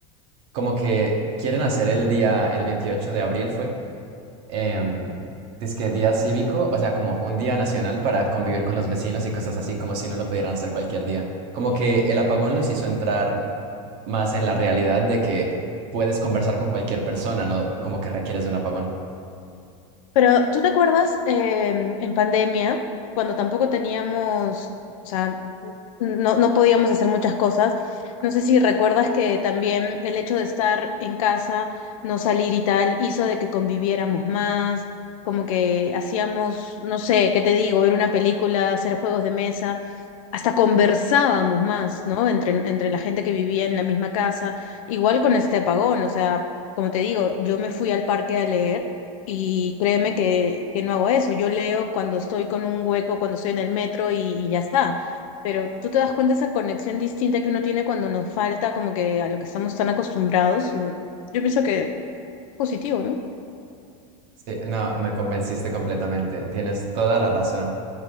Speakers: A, on the right; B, on the left.
A: como que quieren hacer el día, el 28 de abril fue em, dizque día cívico, o sea, como un día nacional para convivir con los vecinos y cosas así, como si no lo pudieran hacer cualquier día. Como que el apagón los hizo entrar más en la realidad de que puedes conversar con cualquier persona, no como que requieres de un apagón.
B: Pero ¿tú te acuerdas em, en pandemia, cuando tampoco teníamos, o sea, no, no podíamos hacer muchas cosas? No sé si recuerdas que también el hecho de estar en casa, no salir y tal, hizo de que conviviéramos más, como que hacíamos, no sé, ¿qué te digo? Ver una película, hacer juegos de mesa, hasta conversábamos más, ¿no? Entre, entre la gente que vivía en la misma casa, igual con este apagón, o sea, como te digo, yo me fui al parque a leer. Y créeme que, que no hago eso. Yo leo cuando estoy con un hueco, cuando estoy en el metro y, y ya está. Pero tú te das cuenta esa conexión distinta que uno tiene cuando nos falta como que a lo que estamos tan acostumbrados. Mm, Yo pienso que es positivo, ¿no?
A: Sí, no, me convenciste completamente, tienes toda la razón.